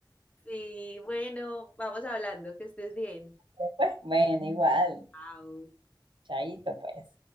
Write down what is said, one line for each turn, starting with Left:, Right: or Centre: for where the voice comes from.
Left: Sí, bueno, vamos hablando. Que estés bien.
Right: Pues bueno, igual,
Left: Chao.
Right: chaito pues.